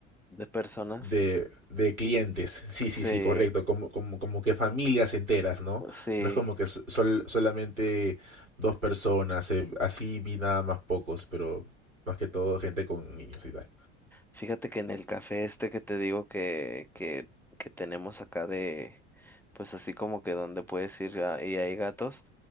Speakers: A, in the centre; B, on the right.
A: De personas.
B: de, de clientes. Sí, sí,
A: Sí,
B: sí, correcto. Como, como, como que familias enteras, ¿no?
A: sí.
B: No es como que so- sol- solamente dos personas. eh, así vi nada más pocos, pero más que todo gente con niños y tal.
A: Fíjate que en el café este que te digo que, que, que tenemos acá de, pues así como que donde puedes ir a- y hay gatos,